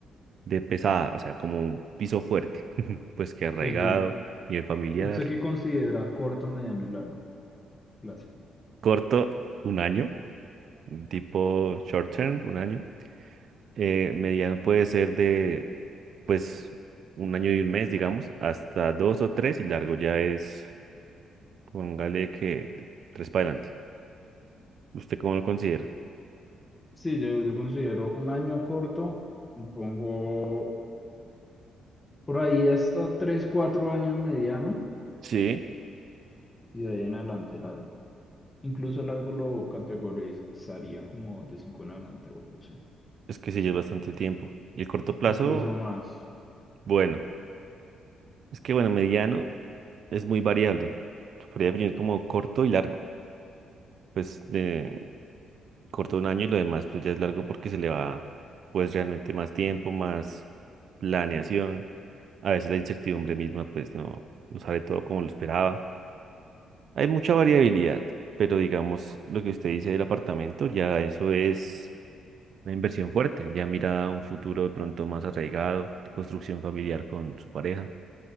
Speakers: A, on the right; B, on the left.
A: de pesada, o sea, como un piso fuerte, <laughs> pues que arraigado,
B: Pues yo
A: nivel familiar,
B: ¿Usted qué considera corto, mediano y largo plazo?
A: corto, un año, tipo short term, un año, eh, mediano puede ser de, pues, un año y un mes, digamos, hasta dos o tres, y largo ya es, póngale que de tres para adelante. ¿Usted cómo lo considera?
B: Sí, yo, yo considero un año corto, y pongo por ahí hasta 3 4 años mediano
A: Sí,
B: y de ahí en adelante largo. Incluso largo lo categorizaría como de 5 en adelante o algo así.
A: Es que sí, ya es bastante tiempo. Y el corto plazo,
B: Incluso más.
A: bueno, es que bueno, mediano es muy variable. Se podría definir como corto y largo. Pues de corto un año y lo demás pues ya es largo porque se le va pues realmente más tiempo, más planeación. A veces la incertidumbre misma pues no, no sale todo como lo esperaba. Hay mucha variabilidad, pero digamos lo que usted dice del apartamento, ya eso es una inversión fuerte. Ya mira a un futuro de pronto más arraigado, de construcción familiar con su pareja.